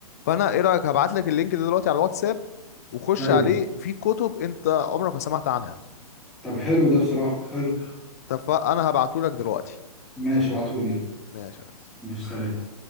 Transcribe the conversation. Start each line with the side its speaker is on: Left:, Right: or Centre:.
Left: فانا ايه رأيك هبعت لك اللينك ده دلوقتي على الواتساب وخش
Centre: ايوه
Left: عليه في كتب انت عمرك ما سمعت عنها
Centre: طب حلو ده بصراحة حلو
Left: طب فانا هبعتهولك دلوقتي
Centre: ماشي ابعتهولي يلا
Left: ماشي يا ريس.
Centre: ماشي سلام